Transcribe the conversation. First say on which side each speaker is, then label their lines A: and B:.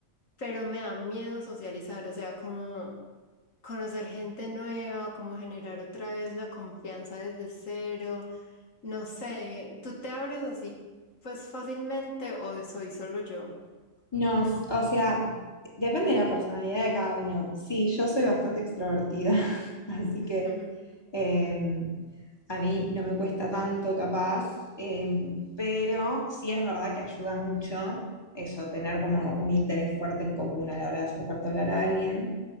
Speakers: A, on the left; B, on the left.
A: pero me da miedo socializar, o sea, como conocer gente nueva, como generar otra vez la confianza desde cero. No sé, ¿tú te abres así pues fácilmente o soy solo yo?
B: No, s- o sea, depende de la personalidad de cada uno. Sí, yo soy bastante extrovertida, <laughs> así
A: <laughs>
B: que em, a mí no me cuesta tanto capaz, em, pero sí es verdad que ayuda mucho eso, tener como un interés fuerte en común a la hora de acercarte a hablar a alguien.